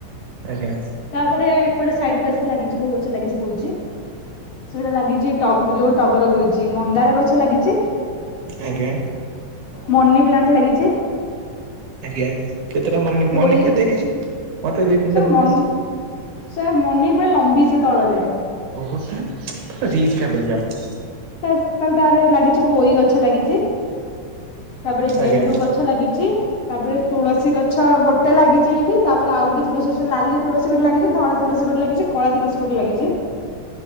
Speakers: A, on the right; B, on the left.
A: ଆଜ୍ଞା
B: ତାପରେ ଏପଟେ ସାଇଡ କୁ ଆସି ଲାଗିଚି କୋଉ ଗଛ ଲାଗିଚି କହୁଚି। ସେଇଟା ଲାଗିଚି ଟ ଯୋଉ ଟଗର କୋହୁଚି ମନ୍ଦାର ଗଛ ଲାଗିଚି।
A: ଆଜ୍ଞା
B: ମନି ପ୍ଲାଣ୍ଟ ଲାଗିଛି
A: ଆଜ୍ଞା। କେତେଟା ମନୀ
B: ପୋଇ
A: ମନୀ କେତେ ହେଇଛି। ମତେ ଦି ତିନିଟା
B: ସାର୍
A: ଦଉନାହାନ୍ତି
B: ମନୀ ସାର୍ ମନୀ ପୁରା ଲମ୍ୱିଚି ତଳ ଯାଏ।
A: ଓ ହୋ ସ୍ୟନ୍ ପୁରା ରିଚି ଫାମିଲି ମ୍ୟନ୍।
B: ସାର୍ ତାଆରେ ଲାଗିଛି ପୋଇ ଗଛ ଲାଗିଚି ତାପରେ
A: ଆଜ୍ଞା।
B: ଗେଣ୍ଡୁ ଗଛ। ଗଛ ଲାଗିଛି ତାପରେ ତୁଳସୀ ଗଛ ଗୋଟେ ଲାଗିଛି ଏଇଠି ତାପରେ ଆଉ ଗୋଟେ ତୁଳସୀ ଗଛ ଲାଲି ତୁଳସୀ। ଗୋଟେ ଲାଗିଚି ଧଳା ତୁଳସୀ ଗୋଟେ ଲାଗଚି କଳା ତୁଳସୀ ଗୋଟେ ଲାଗିଚି।